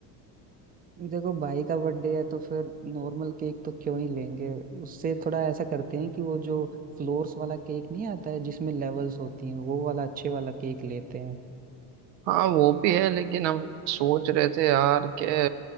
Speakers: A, on the right; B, on the right.
A: देखो भाई का बर्थडे है तो फिर नॉर्मल केक तो क्यों ही लेंगे उससे थोड़ा ऐसा करते हैं कि वो जो फ्लोर्स वाला केक नहीं आता है जिसमें लेवल्स होती हैं वो वाला अच्छे वाला केक लेते हैं
B: हाँ वो भी है लेकिन हम सोच रहे थे यार के